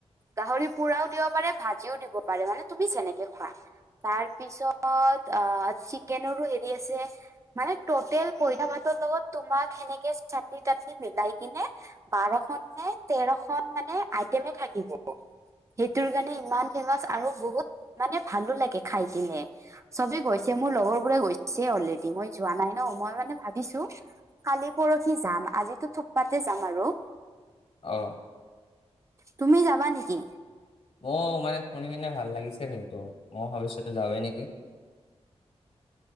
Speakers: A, on the right (about 25°); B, on the left (about 60°).
A: গাহৰি পুৰাও দিব পাৰে ভাজিও দিব পাৰে মানে তুমি যেনেকে খোৱা তাৰ পিছত আ চিকেনৰো হেৰি আছে মানে তটেল পঠা মাতৰ লগত তোমাক সেনেকে চাটনি তাটনি মিলাই কিনে বাৰখন নে তেৰ খন মানে আইটেমে থাকিব সেইটোৰ কাৰণে ইমান ফেমাচ আৰু বহুত মানে ভালো লাগে খাই কিনে চবে গৈছে মোৰ লগৰ বোৰে গৈছে অলৰেডি মই যোৱা নাই ন মই মানে ভাবিছো। কালি পৰহি যাম আজিতো থপপাতে যাম আৰু
B: অ
A: তুমি যাবা নেকি।
B: মোৰ মানে শুনি কিনে ভাল লাগিছে কিন্তু মই ভৱিষ্যতো যাওগে নেকি